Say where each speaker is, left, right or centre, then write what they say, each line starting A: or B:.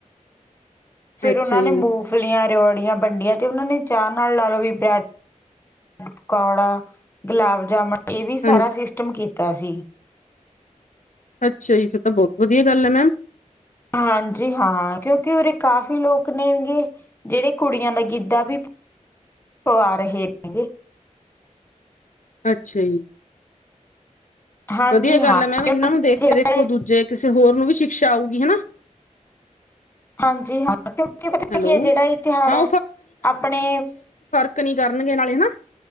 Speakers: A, on the left; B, on the left.
A: ਫੇਰ
B: ਅੱਛਾ
A: ਉਹਨਾਂ
B: ਜੀ,
A: ਨੇ ਮੂੰਫਲੀਆਂ ਰਓੜੀਆਂ ਵੰਡੀਆਂ ਤੇ ਉਹਨਾ ਨੇ ਚਾਹ ਨਾਲ ਲਾ ਲਓ ਵੀ ਬ੍ਰੈਡ- ਪਕੌੜਾ ਗੁਲਾਬ- ਜਾਮਨ ਇਹ ਵੀ ਸਾਰਾ
B: ਹਾਂਜੀ
A: ਸਿਸਟਮ ਕੀ ਕੀਤਾ ਸੀ।
B: ਅੱਛਾ ਜੀ ਫਿਰ ਤਾਂ ਬਹੁਤ ਵਧੀਆ ਗੱਲ ਐ, ਮੈਮ
A: ਹਾਂਜੀ ਹਾਂ, ਕਿਉਂਕਿ ਉਰੇ ਕਾਫੀ ਕਾਫੀ ਲੋਕ ਨੇਗੇ ਜਿਹੜੇ ਕੁੜੀਆਂ ਦਾ ਗਿੱਧਾ ਵੀ ਪਵਾ ਰਹੇ ਨੇਗੇ।
B: ਅੱਛਾ ਜੀ,
A: ਹਾਂਜੀ
B: ਵਧੀਆ
A: ਹਾਂ
B: ਗੱਲ ਹੈ ਮੈਮ
A: ਕਿਉਂਕਿ
B: ਇਹਨਾਂ ਨੂੰ ਦੇਖ
A: ਜਿਹੜਾ
B: ਕੇ ਦੇਖੋ
A: ਇਹ
B: ਦੂਜੇ ਕਿਸੇ ਹੋਰ ਨੂੰ ਵੀ ਸ਼ਿਕਸ਼ਾ ਆਊਗੀ ਹਨਾ।
A: ਹਾਂਜੀ ਹਾਂ, ਕਿਉਂਕਿ ਪਤਾ
B: ਹੈਲੋ।
A: ਕੀ ਜਿਹੜਾ ਤਿਉਹਾਰ
B: ਹਾਂ
A: ਹੈ ਆਪਣੇ
B: ਫਰਕ ਨੀ ਕਰਨਗੇ ਨਾਲੇ ਹਨਾ